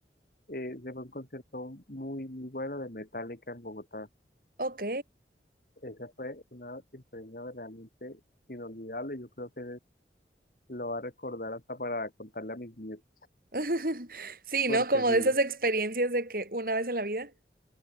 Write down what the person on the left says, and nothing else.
eh, se fue a un concierto muy, muy bueno de Metallica en Bogotá.
Esa fue una experiencia realmente inolvidable, yo creo que Lo va a recordar hasta para contarle a mis nietos,
porque
sí,